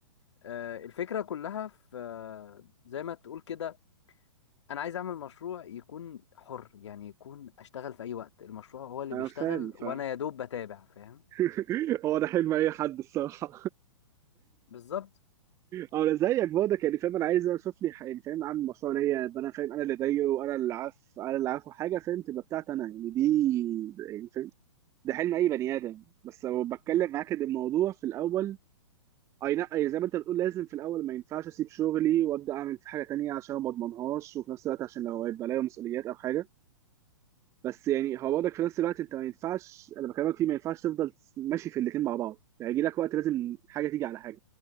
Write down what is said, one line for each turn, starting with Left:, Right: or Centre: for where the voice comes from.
Left: آه، الفكره كلها في آه، زي ما تقول كده انا عايز اعمل مشروع يكون حر يعني يكون اشتغل في اي وقت المشروع هو اللي
Right: انا
Left: بيشتغل
Right: فاهم
Left: وانا
Right: فاهم
Left: يا دوب بتابع فاهم
Right: <laughs> هو ده حلم اي حد الصراحه
Left: بالظبط
Right: اه انا زيك برضك يعني فاهم انا عايز اشوف لي ح- يعني فاهم عامل مشروع ليا يبقى انا فاهم انا اللي دايره وانا اللي عارف انا اللي عارفه حاجه فاهم تبقى بتاعتي انا يعني دي يعني فاهم ده حلم اي بني ادم بس لو بتكلم معاك ان الموضوع في الاول اي لا أي زي ما انت بتقول لازم في الاول ما ينفعش اسيب شغلي وابدا اعمل في حاجه تانية عشان ما اضمنهاش وفي نفس الوقت عشان لو هيبقى عليا مسؤوليات او حاجه بس يعني هو برضك في نفس الوقت انت ما ينفعش انا بكلمك فيه ما ينفعش تفضل ماشي في الاثنين مع بعض يعني يجي لك وقت لازم حاجه تيجي على